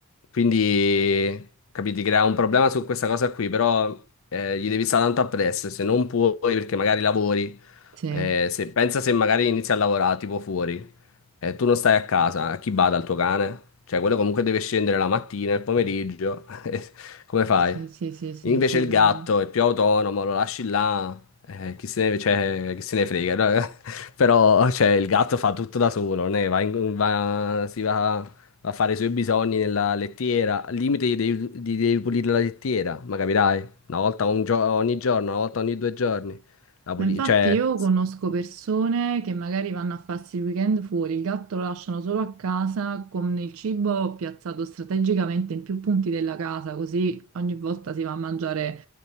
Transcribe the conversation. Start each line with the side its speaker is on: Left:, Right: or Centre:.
Left: quindi, capiti, crea un problema su questa cosa qui, però eh, gli devi stare tanto appresso, se non puoi perché magari lavori,
Right: sì,
Left: eh, se- pensa se magari inizi a lavorare tipo fuori, eh, tu non stai a casa, a chi bada il tuo cane? Cioè, quello comunque deve scendere la mattina, il pomeriggio, <laughs> come fai?
Right: sì, sì, sì, sì,
Left: Invece
Right: sicuramente.
Left: il gatto è più autonomo, lo lasci là, eh, chi se ne, cioè, chi se ne frega, no? <laughs> Però cioè, il gatto fa tutto da solo, ne va in- va- si va va a fare i suoi bisogni nella lettiera. Al limite gli devi, gli devi pulire la lettiera, ma capirai? Una volta un gio- ogni giorno, una volta ogni due giorni. La puli-
Right: Ma infatti
Left: cioè...
Right: io conosco persone che magari vanno a farsi il weekend fuori, il gatto lo lasciano solo a casa con il cibo piazzato strategicamente in più punti della casa, così ogni volta si va a mangiare